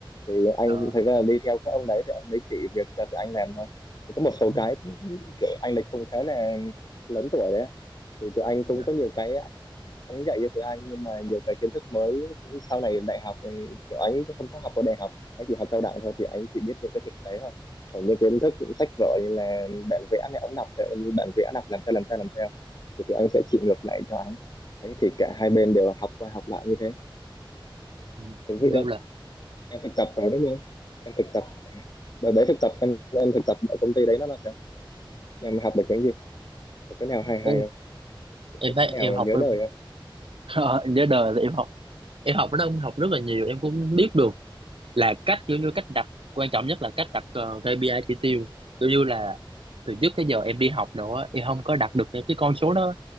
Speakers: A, on the left; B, on the right.
A: thì anh
B: Ờ,
A: thực ra là đi theo các ông đấy thì ông đấy chỉ việc cho tụi anh làm thôi thì có một số
B: ừ,
A: cái kiểu anh đấy không khá là lớn tuổi đấy thì tụi anh cũng
B: dạ.
A: có nhiều cái anh dạy cho tiếng Anh nhưng mà nhiều cái kiến thức mới sau này đại học ừ, kiểu anh không có học ở đại học anh chỉ học cao đẳng thôi thì anh chỉ biết những cái thực tế thôi còn những kiến thức sách vở như là bản vẽ này ông đọc theo bản vẽ đọc làm sao làm sao làm sao thì tụi anh sẽ chỉ ngược lại cho anh đấy thì cả hai bên đều học qua học lại như thế
B: Ừ.
A: thú
B: như
A: vị lắm
B: là
A: em thực tập rồi đúng không em thực tập à, đợt đấy thực tập em em thực tập ở công ty đấy nó là sao em học được cái gì có cái nào hay
B: em
A: hay không
B: em
A: có
B: thấy
A: cái
B: em
A: nào
B: học
A: nhớ
B: em
A: đời không
B: <laughs> ờ, nhớ đời là em học em học nó học rất là nhiều em cũng biết được là cách kiểu như cách đặt quan trọng nhất là cách đặt ờ, KPI chỉ tiêu kiểu như là từ trước tới giờ em đi học nữa em không có đặt được những cái con số đó